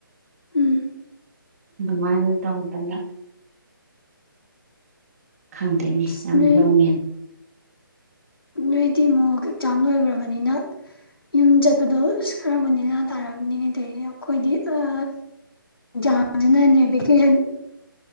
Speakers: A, on the left; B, on the right.
A: ꯎꯝ
B: ꯑꯗꯨꯃꯥꯏ ꯇꯧꯗꯅ ꯈꯪꯗꯣꯏꯅꯦ
A: ꯑꯁ
B: ꯌꯥꯝ
A: ꯅꯣꯏ
B: ꯍꯣꯡꯉꯦꯅ
A: ꯅꯣꯏꯗꯤ ꯃꯣꯛ ꯑꯦꯛꯖꯥꯝ ꯂꯣꯏꯈ꯭ꯔꯕꯅꯤꯅ ꯌꯨꯝ ꯆꯠꯄꯗꯣ ꯑꯁ ꯈꯥꯔꯕꯨ ꯅꯦꯅ ꯇꯥꯔꯝꯅꯤꯅꯦ ꯑꯈꯣꯏꯗꯤ ꯑꯁ ꯖꯥꯝ ꯖꯤꯅꯅꯦ ꯚꯦꯀꯦꯁꯟ